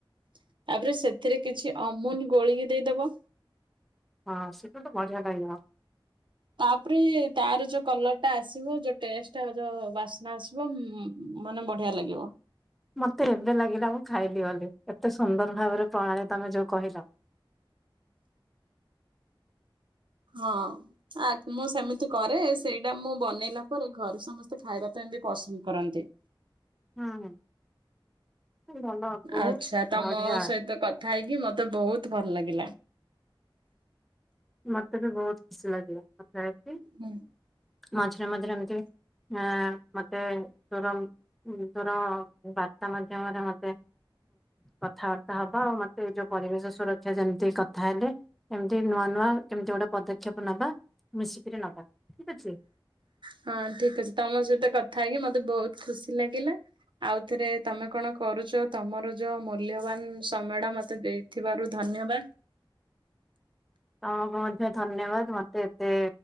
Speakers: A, on the right; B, in the centre.
A: ତାପରେ ସେଥିରେ କିଛି ଅମୁଲୁ ଗୋଳେଇକି ଦେଇଦବ।
B: ହଁ ସେଟା ତ ବଢିଆ ଲାଗିବ।
A: ତାପରେ ତାର ଯୋଉ କଲରଟା ଆସିବ ଯୋ ଟେଷ୍ଟ ଆଉ ଯୋଉ ବାସ୍ନା ଆସିବ ଉଁମ୍ ମାନେ ବଢିଆ ଲାଗିବ।
B: ମତେ ଏବେ ଲାଗିଲାମ। ଖାଇବି ବୋଲି ଏତେ ସୁନ୍ଦର ଭାବରେ ପ୍ରଣାଳୀ ତମେ ଯୋଉ କହିଲ।
A: ହଁ ଆ ମୁଁ ସେମିତି କରେ ସେଇଡ଼ା ମୁଁ ବନେଇଲା ପରେ ଘରେ ସମସ୍ତେ ଖାଇବା ପା ବି ପସନ୍ଦ କରନ୍ତି।
B: ହୁଁ ହୁଁ। ଭଲ ବହୁତ
A: ଆଛା ତମ
B: ବଢିଆ
A: ସହିତ କଥା ହେଇକି ମତେ ବୋହୁ ତୁ ଭଲ ଲାଗିଲା।
B: ମତେ ବି ବୋହୁତୁ ଖୁସି ଲାଗିଲା କଥା ହେଇକି
A: ହୁଁ।
B: ମଝିରେ ମଝିରେ ଏମିତି ଆଁ ମତେ ତୋରୋ ମ୍ ଉଁ ତୋରୋ ବାର୍ତ୍ତା ମାଧ୍ୟମରେ ମତେ କଥାବାର୍ତ୍ତା ହବା। ଆଉ ମତେ ଏ ଯୋଉ ପରିବେଶ ସୁରକ୍ଷା ଯେମିତି କଥା ହେଲେ ଏମିତି ନୂଆ ନୂଆ କେମିତି ଗୋଟେ ପଦକ୍ଷେପ ନବା, ମିଶିକିରି ନବା। ଠିକ ଅଛି।
A: ହଁ ଠିକ ଅଛି ତମ ସହିତ କଥା ହେଇକି ମତେ ବୋହୁତ ଖୁସି ଲାଗିଲା। ଆଉ ଥରେ ତମେ କଣ କରୁଚ, ତମର ଯୋଉ ମୂଲ୍ୟବାନ ସମୟଟା ମତେ ଦେଇଥିବାରୁ ଧନ୍ ଧନ୍ୟବାଦ।
B: ତମକୁ ମଧ୍ୟ ଧନ୍ୟବାଦ ମତେ ଏତେ